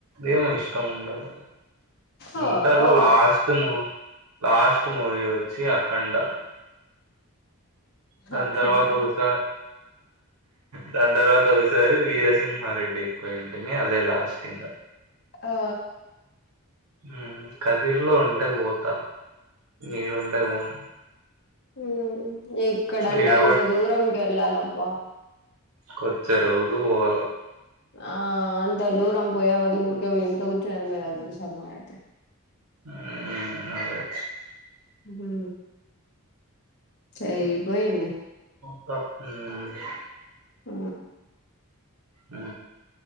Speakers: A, on the right; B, on the left.
A: ఏమో ఇష్టం ఉండాలి
B: ఓ
A: ఇంటర్
B: బాగుందా
A: లో లాస్ట్ మ లాస్ట్ మూవీ వచ్చి అఖండ దాని
B: అఖండ
A: తర్వాత ఒకసా దాని తర్వాత ఒకసారి వీరసింహారెడ్డి ఎక్కువ ఇంటినే అదే లాస్ట్ ఇంగ
B: ఆ
A: ఉమ్ కదిర్లో ఉంటే పోతా ఈడుంటే పోను
B: హ్మ్మ్ ఇక్కడంటే
A: ఈడ
B: ఎంత దూరంకి వెళ్ళాలబ్బా
A: కొచ్చేరువుకు పోవాల
B: ఆ అంత దూరం పోయే వళ్ ఊరికే పోంటి కూర్చుది మే సతే
A: మ్మ్ అదే
B: అ సరి పోయింది
A: వ ఉమ్
B: ఊ
A: ఉ